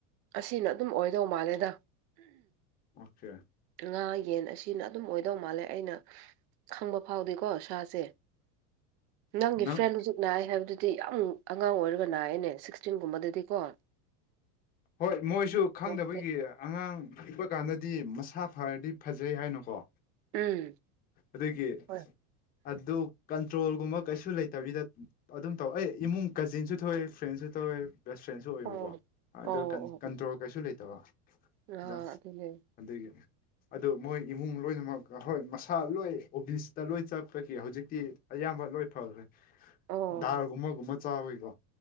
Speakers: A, on the right; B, on the left.
A: ꯑꯁꯤꯅ ꯑꯗꯨꯝ ꯑꯣꯏꯗꯧ ꯃꯥꯜꯂꯦꯗꯥ
B: ꯑꯣꯀꯦ
A: ꯉꯥ ꯌꯦꯟ ꯑꯁꯤꯅ ꯑꯗꯨꯝ ꯑꯣꯏꯗꯧ ꯃꯥꯜꯂꯦ ꯑꯩꯅꯥ ꯈꯪꯕ ꯐꯥꯎꯗꯤꯀꯣ ꯁꯥꯁꯦ ꯅꯪꯒꯤ
B: ꯅꯪ
A: ꯐ꯭ꯔꯦꯟ ꯍꯧꯖꯤꯛ ꯅꯥꯏ ꯍꯥꯏꯕꯗꯨꯗꯤ ꯌꯥꯝ ꯑꯉꯥꯡ ꯑꯣꯏꯔꯒ ꯅꯥꯏꯌꯦꯅꯦ ꯁꯤꯛꯁꯇꯤꯟꯒꯨꯝꯕꯗꯗꯤꯀꯣ
B: ꯍꯣꯏ ꯃꯣꯏꯁꯨ ꯈꯪꯗꯕꯥꯒꯤ
A: ꯅꯨꯡꯉꯥꯏꯇꯦ
B: ꯑꯉꯥꯡ ꯄꯤꯛꯄ ꯀꯥꯟꯗꯗꯤ ꯃꯁꯥ ꯐꯔꯗꯤ ꯐꯖꯩ ꯍꯥꯏꯅꯥꯀꯣ
A: ꯎꯝ
B: ꯑꯗꯨꯒꯤ
A: ꯍꯣꯏ
B: ꯑꯗꯨ ꯀꯟꯇ꯭ꯔꯣꯜꯒꯨꯝꯕ ꯀꯩꯁꯨ ꯂꯩꯇꯕꯤꯗꯥ ꯑꯗꯨꯝ ꯇꯧ ꯑꯩ ꯏꯃꯨꯡ ꯀꯖꯤꯟꯖꯨ ꯊꯣꯛꯑꯦ ꯐ꯭ꯔꯦꯟꯁꯨ ꯇꯧꯋꯦ ꯕꯦꯁ ꯐ꯭ꯔꯦꯟꯁꯁꯨ ꯑꯣꯏꯕꯀꯣ
A: ꯎꯝ
B: ꯑꯗꯨ
A: ꯑꯣ ꯑꯣ
B: ꯀꯟꯇ꯭ꯔꯣꯜ
A: ꯑꯣ
B: ꯀꯩꯁꯨ ꯂꯩꯇꯕ
A: ꯑꯥ
B: ꯗꯥ
A: ꯑꯗꯨꯅꯦ
B: ꯑꯗꯨꯒꯤ ꯑꯗꯣ ꯃꯣꯏ ꯏꯃꯨꯡ ꯂꯣꯏꯅꯃꯛ ꯍꯣꯏ ꯃꯁꯥ ꯂꯣꯏ ꯑꯣꯕꯤꯁꯇ ꯂꯣꯏ ꯆꯠꯄꯒꯤ ꯍꯧꯖꯤꯛꯇꯤ ꯑꯌꯥꯝꯕ ꯂꯣꯏ ꯐꯒ꯭ꯔꯦ
A: ꯑꯣ
B: ꯗꯥꯜꯒꯨꯝꯕꯒꯨꯝꯕ ꯆꯥꯕꯒꯤꯀꯣ